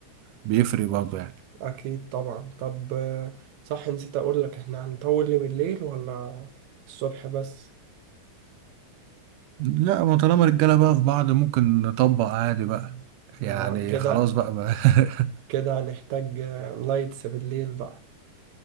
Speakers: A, on the right; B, on the right.
A: بيفرق برضه يعني
B: اكيد طبعا طب آه، صح نسيت اقول لك احنا هنطول ليه بالليل ولا الصبح بس
A: لا ما طالما رجالة بقى في بعض ممكن نطبق عادي بقى يعني
B: آه، كده
A: خلاص بقى, بقى. <laughs>
B: كده هنحتاج لايتس بالليل بقى